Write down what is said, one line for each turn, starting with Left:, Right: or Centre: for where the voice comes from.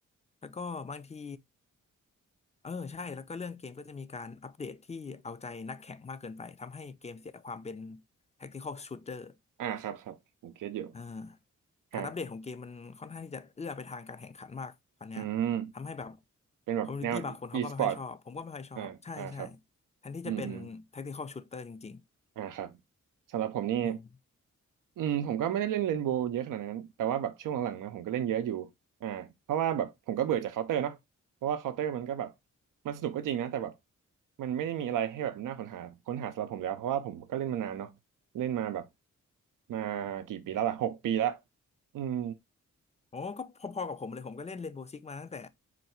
Left: แล้วก็บางที เออใช่แล้วก็เรื่องเกมก็จะมีการอัปเดตที่เอาใจนักแข่งมากเกินไปทำให้เกมเสียความเป็น tactical shooter
Right: อ่าครับครับผมเก็ตอยู่
Left: อ่าการอัปเดตของเกมมันค่อนข้างที่จะเอื้อไปทางการแข่งขันมากตอนเนี้ย
Right: อ่าอืม
Left: ทำให้แบบ
Right: เป็นแบบแนว
Left: คอมมูนิตี้บางคนเขาก็ไม่ค่อยชอบผมก็ไม่ค่อยชอบใช่ใช่
Right: e-, e-sport อ่าอ่าครับ
Left: แทนที่จะเป็น
Right: อืมอืม
Left: tactical shooter จริง
Right: อ่าครับสำหรับผมนี่
Left: ๆอืม
Right: อืมผมก็ไม่ได้เล่นเรนโบว์เยอะขนาดนั้นแต่ว่าแบบช่วงหลังๆนะผมก็เล่นเยอะอยู่อ่าเพราะว่าแบบผมก็เบื่อจากเคาน์เตอร์เนาะเพราะว่าเคาน์เตอร์มันก็แบบมันสนุกก็จริงนะแต่แบบมันไม่ได้มีอะไรให้แบบน่าค้นหาค้นหาสำหรับผมแล้วเพราะว่าผมก็เล่นมานานเนาะเล่นมาแบบมากี่ปีแล้วล่ะหกปีแล้วอืม
Left: โอ้ก็พอๆกับผมเลยผมก็เล่น Rainbow Six มาตั้งแต่